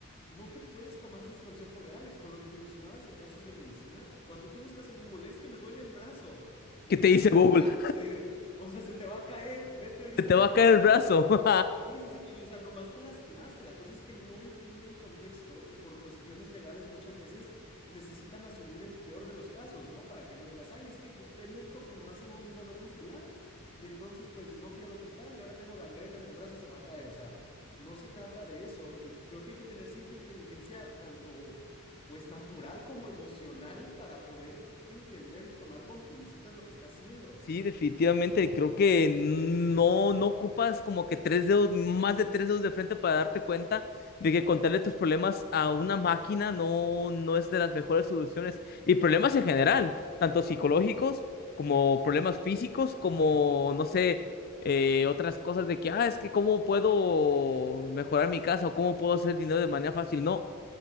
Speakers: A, on the left; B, on the left.
A: no te puedes tomar sus consejos reales. Con lo que mencionabas de casos de medicina, cuando tú buscas en Google, es que me duele el brazo, ti-
B: ¿Qué te
A: tienes
B: dice Google?
A: cáncer, o sea, se te va a caer, vete ahorita
B: Se te
A: al
B: va
A: hospital.
B: a caer el brazo. <laughs>
A: Sí, sí, sí, y o sea, nomás te lastimaste. La cosa es que no entienden contexto y por cuestiones legales muchas veces necesitan asumir el peor de los casos, ¿no? Para que no digas, ay, es que pues él me dijo que nomás era un dolor muscular y entonces pues no fui al hospital y ahora tengo gangrena en el brazo y se me va a caer. O sea, no se trata de eso y creo que hay que tener cierta inteligencia tanto pues natural como emocional para poder entender y tomar con pincitas lo que está haciendo.
B: Sí, definitivamente. Creo que no, no ocupas como que tres dedos, más de tres dedos de frente para darte cuenta de que contarle tus problemas a una máquina no, no es de las mejores soluciones. Y problemas en general, tanto psicológicos como problemas físicos, como, no sé, eh, otras cosas de que, ah, es que cómo puedo mejorar mi casa o cómo puedo hacer dinero de manera fácil. No